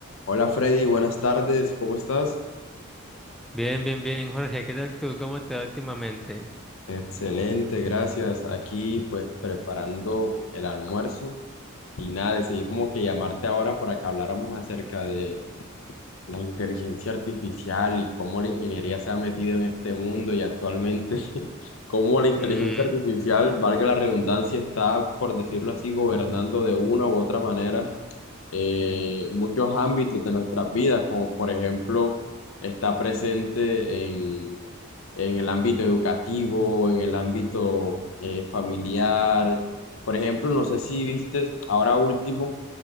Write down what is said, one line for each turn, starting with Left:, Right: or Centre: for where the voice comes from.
Left: Hola Freddy, buenas tardes, ¿cómo estás?
Centre: Bien, bien, bien, Jorge, ¿qué tal tú? ¿Cómo te va últimamente?
Left: Excelente, gracias. Aquí pues preparando el almuerzo y nada, decidí como que llamarte ahora para que habláramos acerca de la inteligencia artificial y cómo la ingeniería se ha metido en este mundo y actualmente <laughs> cómo la inteligencia
Centre: Ujú.
Left: artificial, valga la redundancia, está, por decirlo así, gobernando de una u otra manera eh, muchos ámbitos de nuestras vidas, como por ejemplo está presente en el ámbito educativo, en el ámbito eh, familiar. Por ejemplo, no sé si viste ahora último